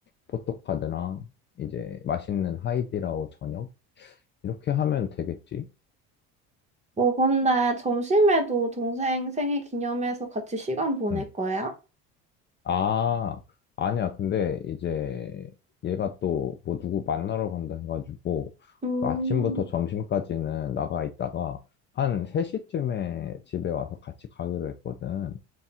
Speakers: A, on the left; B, on the right.
A: 포토카드랑 이제 맛있는 하이디라오 저녁 이렇게 하면 되겠지?
B: 뭐 근데 점심에도 동생 생일 기념해서 같이 시간 보낼
A: 음.
B: 거야?
A: 아, 아니야. 근데 이제 얘가 또 뭐 누구 만나러 간다 해가지고
B: 음,
A: 그 아침부터 점심까지는 나가 있다가 한 3시쯤에 집에 와서 같이 가기로 했거든.